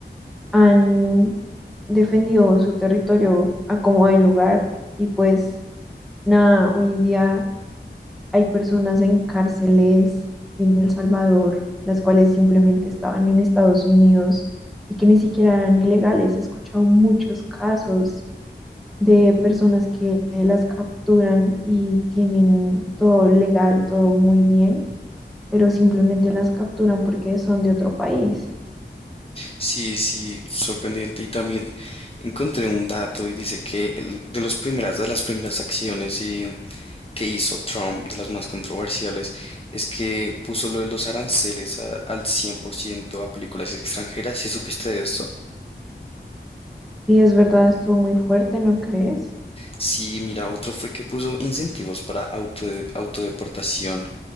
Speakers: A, in the centre; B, on the left.
A: han defendido su territorio a como de lugar y pues nada, hoy en día hay personas en cárceles en El Salvador, las cuales simplemente estaban en Estados Unidos y que ni siquiera eran ilegales. He escuchado muchos casos de personas que las capturan y tienen todo legal, todo muy bien, pero simplemente las capturan porque son de otro país.
B: Sí, sí, sorprendente. Y también encontré un dato y dice que el- de los primeras, de las primeras acciones y- que hizo Trump, de las más controversiales, es que puso lo de los aranceles a- al 100% a películas extranjeras. ¿Sí supiste de esto?
A: Y es verdad, estuvo muy fuerte, ¿no crees?
B: Sí, mira, otro fue que puso incentivos para autode- autodeportación.